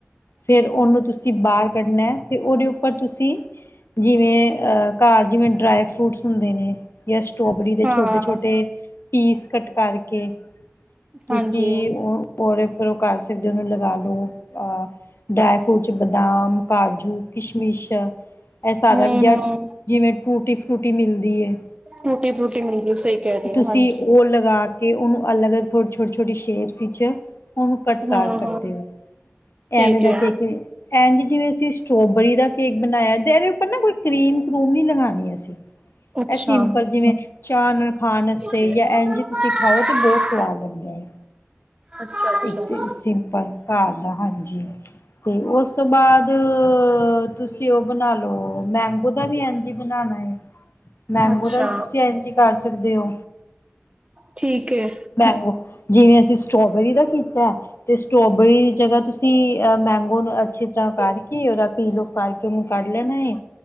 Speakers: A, on the left; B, on the right.
A: ਫੇਰ ਉਹਨੂੰ ਤੁਸੀਂ। ਬਾਹਰ ਕੱਢਣਾ ਹੈ ਅਤੇ ਉਹਦੇਪ ਪਰ ਤੁਸੀਂ, ਜਿਵੇਂ ਅਹ ਘਰ ਜਿਵੇਂ ਡਰਾਈ ਫਰੂਟਸ ਹੁੰਦੇ ਨੇ ਜਾਂ ਸਟ੍ਰੋਬਰੀ ਦੇ
B: ਹਾਂ
A: ਛੋਟੇ-ਛੋਟੇ ਪੀਸ ਕਟ ਕਰ ਕੇਕ ਤੁਸੀਂ
B: ਹਾਂਜੀ
A: ਉਹ ਪੋਰੇ ਫਰ ਕਰ ਸਕਦੇ ਨੂੰ ਲਗਾ ਲਓ ਆ। ਡਰਾਈ ਫਰੂਟ ਚ ਬਦਾਮ, ਕਾਜੂ, ਕਿਸ਼ਮਿਸ਼। ਇਹ
B: ਹੂੰ
A: ਸਾਰਾ ਗਿਆ,
B: ਹੂੰ
A: ਜਿਵੇਂ ਟੂਟੀ ਫਰੂਟੀ ਮਿਲਦੀ ਹੈ।
B: ਰੂਟੀ ਫਰੂਟੀ ਮਿਲਦੀ, ਸਹੀ। ਕਹਿ ਰਹੇ ਹੋ
A: ਤੁਸੀਂ
B: ਹਾਂਜੀ
A: ਉਹ ਲਗਾ ਕੇ ਉਹਨੂੰ ਅਲੱਗ-ਅਲੱਗ ਥੋ ਛੋਟੀ-ਛੋਟੀ ਸ਼ੇਪਸ ਵਿੱਚ ਉਹਨੂੰ ਕੱਟ
B: ਹੂੰ
A: ਕਰ ਸਕਦੇ
B: ਹੂੰ
A: ਹੋ,
B: ਠੀਕ
A: ਐਵੇਂ ਦਾ
B: ਏ
A: ਕੇਕ। ਐਂਜੀ ਜਿਵੇਂ ਅਸੀਂ ਸਟ੍ਰੋਬਰੀ ਦਾ ਕੇਕ ਬਣਾਇਆ, ਤੇ ਇਹਦੇ ਉੱਪਰ ਨਾ ਕੋਈ ਕਰੀਮ, ਕਰੂਮ ਨੀ ਲਗਾਣੀ ਅਸੀਂ। ਜੀ,
B: ਅੱਛਾ
A: ਇਹ ਸਿੰਪਲ ਜਿਵੇਂ ਚਾ ਨਾਲ ਨਾਸਤੇ
B: ਠੀਕ ਏ
A: ਯਾ ਐਜੀ ਤੁਸੀਂ ਖਾਓ ਤੇ ਬਹੁਤ ਸਵਾਦ ਲੱਗਦਾ ਹੈ।
B: ਅੱਛਾ ਅੱਛਾ
A: ਇੱਕ ਸਿੰਪਲ ਘਰ ਦਾ। ਹਾਂਜੀ, ਤੇ ਉਸ ਤੋਂ ਬਾਅਦ ਤੁਸੀਂ ਉਹ ਬਣਾ ਲਓ, ਮੈਂਗੋ ਦਾ ਵੀ ਐਂਜਹੀ ਬਣਾਉਣਾ ਹੈ। ਮੈਂਗੋ
B: ਅੱਛਾ
A: ਦਾ ਵੀ ਤੁਸੀਂ ਐਨ ਜੀ ਕਰ ਤੇਊ,
B: ਠੀਕ ਹੈ
A: ਮੈਂਗੋ ਜਿਵੇਂ ਅਸੀਂ ਸਟ੍ਰੋਬੇਰੀ ਦਾ ਕੀਤਾ। ਤੇ ਸਟ੍ਰੋਬੇਰੀ ਦੀ ਜਗ੍ਹਾ ਤੁਸੀਂ ਅ ਮੈਂਗੋ ਅੱਛੀ ਤਰ੍ਹਾਂ ਕਰਕੇ ਰੱਖ। ਪੀ ਲੋਕ ਆ ਕੇ ਉਹਨੂੰ ਕੱਢ ਲੈਣਾ ਹੈ।